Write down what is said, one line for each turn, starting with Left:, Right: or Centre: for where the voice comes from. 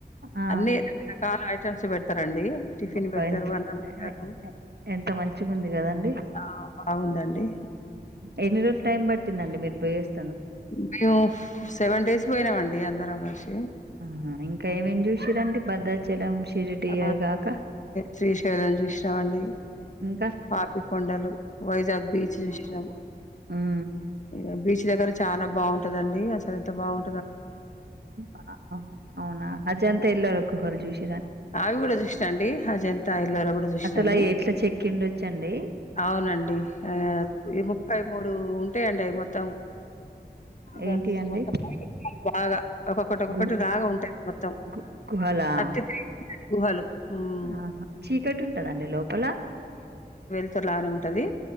Right: ఆ
Left: అన్ని రకరకాల ఐటెమ్స్ పెడతారండి. టిఫిన్
Right: అబ్బా
Left: పెడతారు,
Right: ఎంత
Left: అన్నం పెడతారు
Right: ఎ ఎ ఎంత మంచిగా ఉంది కదండి
Left: ఆ బావుందండి.
Right: ఎన్ని రోజులు టైం పట్టిందండి మీరు పోయేస్త
Left: మేము సెవెన్ డేస్ పోయినామండి అందరం కలిసి
Right: ఆ ఇంకా ఏమేమి చూసిరండి భద్రాచలం, షిరిడి
Left: ఆ
Right: అవిగాక
Left: శ్రీశైలం చూసినాం అండి
Right: ఇంకా
Left: పాపికొండలు వైజాగ్ బీచ్ చూసినాం
Right: హ్మ్.
Left: ఇ బీచ్ దగ్గర చాలా బావుంటదండి అసలు ఎంత బావుం
Right: అ ఆహు అవునా అజంతా ఎల్రకు హల్ జూష
Left: ఆవి కూడా చూసినాండి అజంతా ఎల్లోరా కూడా చూసినాండి.
Right: అసలు అయి ఎట్లా చెక్కిండొచ్చండి
Left: అవునండి ఆ ఈము ఐ మూడు ఉంటాయండి అవి మొత్తం గర్ల్స్
Right: ఏంటి అండి
Left: మొత్తం బాగా ఒక్కొక్కటి ఒక్కొక్కటి
Right: గు
Left: రాగా ఉంటాయి మొత్తం
Right: గు గుహలా
Left: థర్టీ త్రీ గుహలు హ్మ్
Right: ఆహా చీకటి ఉంటదండి లోపల
Left: ఇలానే ఉంటది.